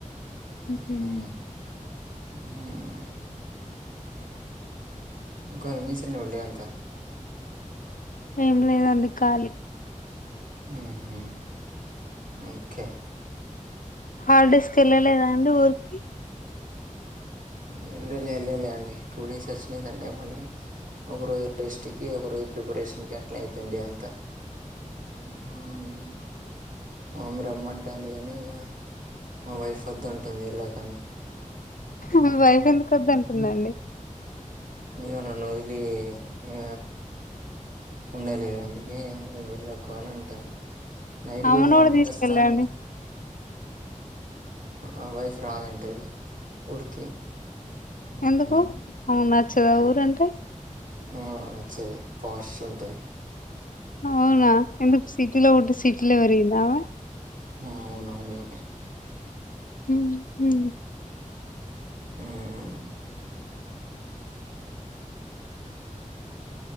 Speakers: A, on the right; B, on the left.
A: ఉమ్
B: హ్మ్
A: ఉమ్ ఇంకా ఏంచేసిళ్ ఇవాళ్ డే అంతా
B: ఏం లేదండి ఖాళీ
A: ఉమ్ హు ఉకే
B: హాల్ డేస్ కి ఎళ్లలేదా అండి ఊరికి
A: వెల్లలే వెల్లలే అండి టూ డేస్ వచ్చినాయి సన్ డే మండే ఒక రోజు రెస్ట్ కి ఒక రోజు ప్రిపరేషన్ కి అట్లా అయిపోయింది డే అంతా ఉహ్మ్ మా మామ్మీ రమ్మంటంది గాని ఇగ మా వైఫ్ వద్దటుంది ఎల్లకాని ఉమ్
B: మీ వైఫ్ ఎందుకు వద్దంటుందండి
A: హ్ ఇగ నన్ను వదిలీ ఆ ఉండలేదు అందుకే వెళ్ళకు అని అంటుంది ఇగో
B: ఆమెను
A: పోయి మార్నింగ్
B: కూడా తీసుకెళ్ళండి
A: వస్తా అన్నా ఆ వైఫ్ రాదంటది ఊరికి మ్మ్.
B: ఎందుకు ఆమెకు నచ్చదా ఊరంటే
A: ఆ నచ్చది పాష్ష్ ఉంటది
B: అవునా ఎందుకు సిటీలో పుట్టి సిటీలో పెరిగిందా ఆమె
A: అవును అవును
B: హ్ హ్మ్
A: మ్ హ్